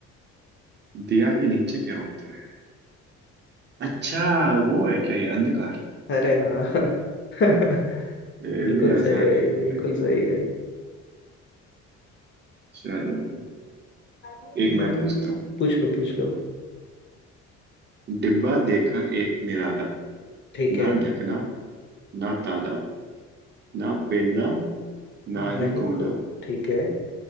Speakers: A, on the right (about 35°); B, on the left (about 40°).
A: दिया के नीचे क्या होता है अच्छा वो है क्या ये अंधकार
B: अरे हाँ <laughs> बिल्कुल सही
A: ये
B: है
A: भी आसान ही था
B: बिल्कुल
A: भाई
B: सही है
A: चलो
B: हम्म
A: एक मैं पूछता हूँ
B: पूछ लो पूछ लो
A: डिब्बा देखा एक निराला
B: ठीक है
A: ना ढकना ना ताला ना पेंदा ना
B: वही
A: ही कोना
B: को ठीक है